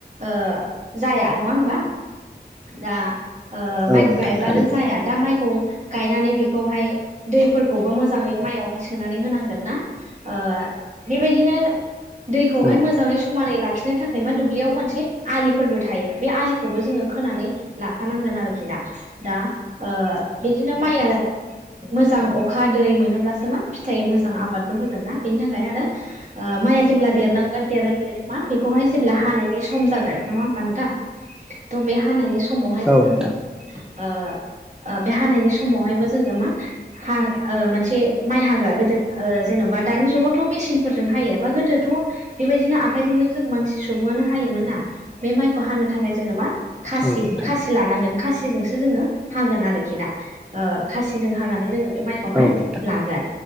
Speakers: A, on the right (about 45°); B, in the centre.
A: ओ जाया नङा होमबा दा ओ माइखौ
B: औ नोंथां
A: गायब्लानो
B: थारैनो
A: जाया दा माइखौ गायनानै बेखौहाय दैफोरखौबो मोजाङै माइयावहाय सोनानै होनांगोन ना। ओ बेबायदिनो दैखौहाय
B: औ
A: मोजाङै समानै ला खिनो थाखाय मा दुब्लियाव मोनसे आलिफोरबो थायो बे आलिखौबो जोङो खोनानै लाखानांगोन आरोखि ना दा बिदिनो ओ माइया मोजां अखा दै मोनोब्लासो मा फिथाइ मोजां आबादबो होगोन ना बेनि थाखाय आरो माइआ जेब्ला देरलांगोन देरै देरै मा बेखौहाय जेब्ला हानायनि सम जागोन नङा होमबा नोंथां थ' बे हानायनि समावहाय जोङो
B: औ नोंथां
A: ओ ओ बे हानायनि समावहायबो जोङो मा हा मोनसे माइ हाग्रा गोदो ओ, जेन'बा दानि जुगावथ' मेसिनफोरजों हायो बा गोदोथ' बेबायदिनो आखाइजोंनो जों मानसि सुबुङानो हायो। मोनना बे माइखौ हानो थाखाय जोङो मा खासि
B: औ नोंथां
A: खासि लानांगोन खासिजोंसो जोङो, हागोन आरोखि ना ओ खासिजों हानानै जोङो बे माइखौहाय
B: औ नोंथां
A: लागोन,